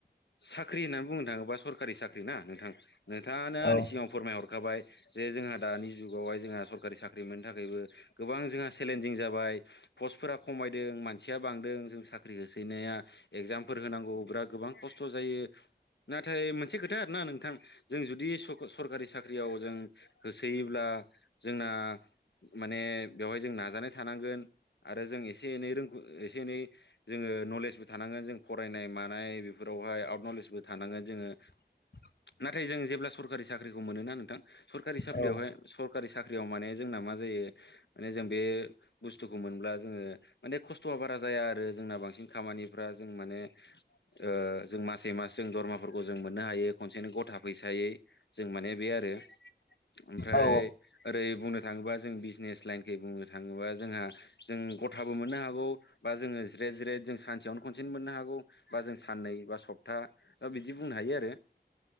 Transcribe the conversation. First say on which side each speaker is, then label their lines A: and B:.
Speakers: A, on the left; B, on the left.
A: साख्रि होननानै बुंनो थाङोबा सरखारि साख्रि ना नोंथां नोंथाङानो आंनि
B: औ
A: सिगाङां फोरमायहरखाबाय जे जोंहा दानि जुगावहाय जोंहा सरकारि साख्रि मोननो थाखायबो गोबां जोंहा चेलेन्जिं जाबाय पस्टफोरा खमायदों मानसिया बांदों जों साख्रि होसैनाया एगजामफोर होनांगौ गोबां खस्थ' जायो। नाथाय मोनसे खोथा आरोना नोंथां जों जुदि सरकारि साख्रियाव जों होसोयोब्ला जोंना माने बेवहाय जों नाजानाय थानांगोन। आरो जों एसे एनै रोंगौ एसे एनै जोंङो नलेजबो थानांगोन जों फरायनाय मानाय बेफोरावहाय आउट नलेजबो थानांगोन जोंङो।
B: <inaudible>
A: नाथाय जों जेब्ला सरकारि साख्रिखौ मोनोना नोंथां सरकारि साख्रियावहाय
B: औ
A: सरखारि साख्रियाव माने जोंना मा जायो माने जों बे बुस्थुखौ मोनब्ला जोंङो माने खस्थ'आ बारा जाया आरो जोंना बांसिन खामानिफ्रा जों माने ओ जों मास मास जों दरमाफोरखौ जों मोननो हायो खनसेनो गथा फैसायै जों माने बे आरो। ओमफ्राय
B: औ
A: ओरै बुंनो थाङोबा जों बिजनेस लाइनखै बुंनो थाङोबा जोंहा जों गथाबो मोननो हागौ बा जोंङो जिराय जिराय जों सानसेयावनो खनसेनो मोननो हागौ बा जों साननै बा सफ था बिदि बुंनो हायो आरो